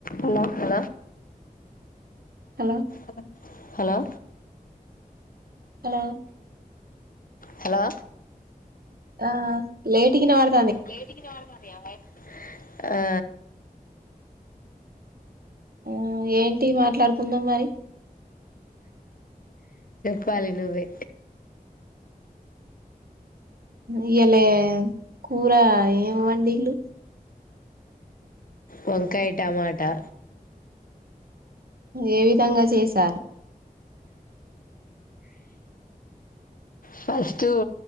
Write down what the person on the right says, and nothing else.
hello
hello
ఆ light గా ఇనపడతా
ఆ ఏం మాట్లాడుకుందాం మరి
ఇయాల కూర ఏం వండిండు
ఏ విధంగా చేశారు